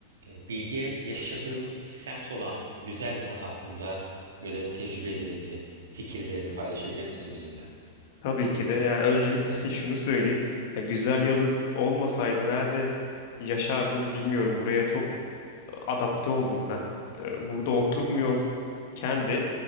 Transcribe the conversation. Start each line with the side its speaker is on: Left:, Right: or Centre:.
Right: E, Bilge yaşadığımız semt olan güzel yalı hakkında böyle tecrübelerini, fikirlerini paylaşabilir misin bizimle?
Left: Tabii ki de. Yani öncelikle <laughs> şunu söyleyeyim. Ya güzel yalı olmasaydı nerede yaşardım bilmiyorum. Buraya çok adapte oldum ben. Ee, Burada oturmuyorken de